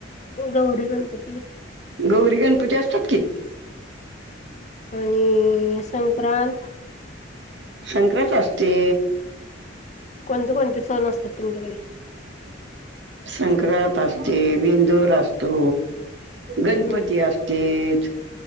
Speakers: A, on the left; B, on the right.
A: गौरी गणपती
B: गौरी गणपती असतात कि
A: आणि संक्रांत
B: संक्रांत असते.
A: कोणते कोणते सण असतात तुमच्याकडे?
B: संक्रांत असते बिंदोर असतो गणपती
A: हम्म
B: असतेत.